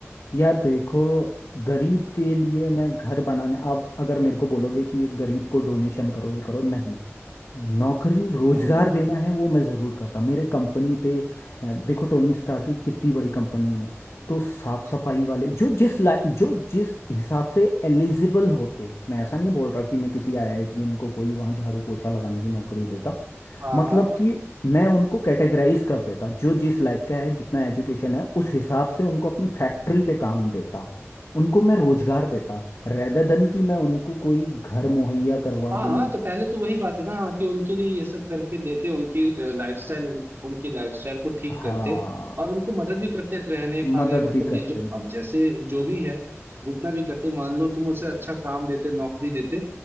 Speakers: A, on the left; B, on the right.
A: यार देखो गरीब के लिए मैं घर बनाने आप अगर मेरे को बोलोगे कि ये गरीब को डोनेशन करो ये करो नहीं नौकरी रोजगार
B: हम्म
A: देना है वो मैं ज़रूर करता मेरे कंपनी पे अ, देखो टोनी स्टार की कितनी बड़ी कंपनी है तो साफ सफाई वाले जो जिस ला जो जिस हिसाब से एलिजिबल होते मैं ऐसा नहीं बोल रहा कि मैं किसी आईआईटीएन को कोई वहाँ झाड़ू पोछा लगाने की नौकरी देता
B: हाँ
A: मतलब
B: हाँ
A: कि मैं उनको कैटेगराइज कर देता जो जिस लायक का है जितना एजुकेशन है उस हिसाब से उनको अपनी फैक्ट्री पे काम देता उनको मैं रोजगार देता रेदर देन कि मैं उनको कोई घर मुहैया करवा
B: हाँ
A: दूं
B: हाँ, तो पहले तो वही बात है ना कि उनके लिए ये सब करके देते उनकी लाइफस्टाइल उन, उनकी लाइफस्टाइल को ठीक
A: हाँ
B: करते और उनको मदद भी करते रहने खाने
A: मदद
B: मतलब
A: भी करते
B: ये जो
A: हैं
B: अब जैसे जो भी है जितना भी करते मान लो तुम उसे अच्छा काम देते नौकरी देते